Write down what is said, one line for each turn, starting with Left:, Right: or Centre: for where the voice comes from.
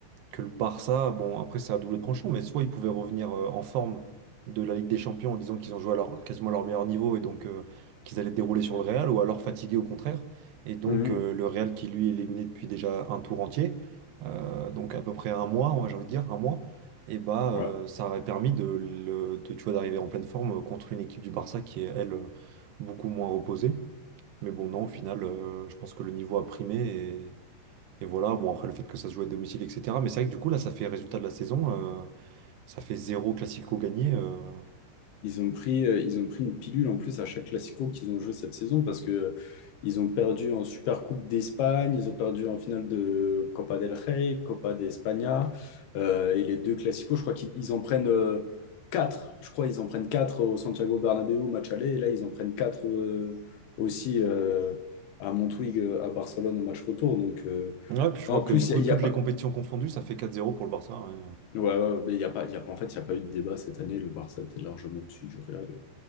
Right: que le Barça, bon, après c'est à double tranchant, mais soit ils pouvaient revenir euh, en forme de la Ligue des Champions en disant qu'ils ont joué à leur, quasiment à leur meilleur niveau et donc euh, qu'ils allaient dérouler sur le Real, ou alors fatigués au contraire. Et donc
Left: Mhm.
Right: euh, le Real qui lui est éliminé depuis déjà un tour entier, euh, donc à peu près un mois, ouais, j'ai envie de dire, un mois, et bah
Left: Ouais.
Right: euh, ça aurait permis de, le- de, tu vois, d'arriver en pleine forme euh, contre une équipe du Barça qui est, elle, euh, beaucoup moins reposée. Mais bon, non, au final, euh, je pense que le niveau a primé et voilà, bon, après le fait que ça se joue à domicile, etc. Mais c'est vrai que du coup, là, ça fait résultat de la saison, euh, ça fait zéro classico gagné. euh.
Left: Ils ont pris, euh, ils ont pris une pilule en plus à chaque Classico qu'ils ont joué cette saison parce que euh, ils ont perdu en supercoupe d'Espagne, ils ont perdu en finale de Copa del Rey, Copa de España euh, et les deux Classicos, je crois qu'ils ils en prennent euh, quatre. Je crois qu'ils en prennent quatre au Santiago Bernabéu au match aller et là ils en prennent quatre euh, aussi euh, à Montwig euh, à Barcelone au match retour. Donc euh,
Right: Ouais, puis je crois
Left: non, en plus
Right: que du coup,
Left: il y a, il
Right: toutes
Left: y a pas
Right: les compétitions confondues, ça fait quatre zéro pour le Barça. Ouais.
Left: Ouais, ouais, mais il y a pas, il y a pas, en fait, il y a pas eu de débat cette année. Le Barça était largement dessus du Real euh,